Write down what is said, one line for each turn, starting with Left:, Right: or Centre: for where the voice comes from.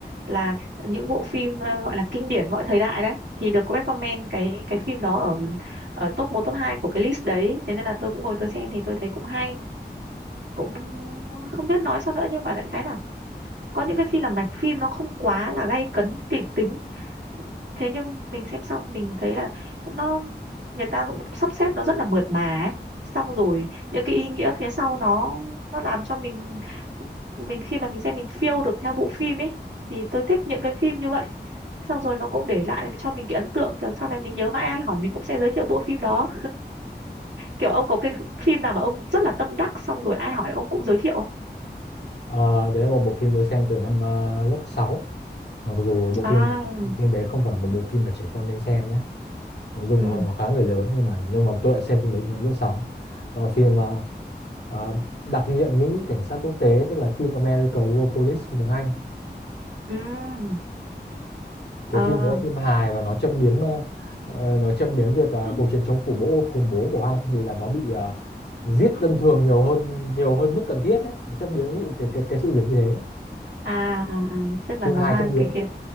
Right: là những bộ phim ờ, gọi là kinh điển mọi thời đại đấy thì được recommend cái cái phim đó ở ở top một top 2 của cái list đấy thế nên là tôi cũng ngồi tôi xem thì tôi thấy cũng hay cũng không biết nói sao nữa nhưng mà đại khái là có những cái phim là mạch phim nó không quá là gay cấn kịch tính thế nhưng mình xem xong mình thấy là nó người ta cũng sắp xếp nó rất là mượt mà ấy xong rồi những cái ý nghĩa phía sau nó nó làm cho mình mình khi mà mình xem mình feel được theo bộ phim ấy thì tôi thích những cái phim như vậy xong rồi nó cũng để lại cho mình cái ấn tượng kiểu sau này mình nhớ mãi ai hỏi mình cũng sẽ giới thiệu bộ phim đó kiểu ông có cái phim nào mà ông rất là tâm đắc xong rồi ai hỏi ông cũng giới thiệu không
Left: Ờ, đấy là một bộ phim tôi xem từ năm ờ, lớp sáu mặc dù bộ
Right: à
Left: phim bộ phim đấy không phải một bộ phim mà trẻ con nên xem nhé nội dung
Right: ừ
Left: nó nó khá người lớn nhưng mà nhưng mà tôi lại xem phim đấy từ năm lớp sáu Ờ, phim ờ, ờ, đặc nhiệm Mỹ cảnh sát quốc tế tức là Team America World Police tiếng Anh
Right: Ừ, ờ,
Left: cái phim đấy là phim hài và nó châm biếm ờ, ờ, nó châm biếm việc ờ, cuộc Ừ. chiến chống khủng bố khủng bố của hoa thì là nó bị ờ, giết dân thường nhiều hơn nhiều hơn mức cần thiết đấy nó châm biếm vụ cái cái cái sự việc như thế
Right: à, à, à, tức là
Left: phim
Right: nó
Left: hài
Right: mang
Left: châm biếm
Right: cái khía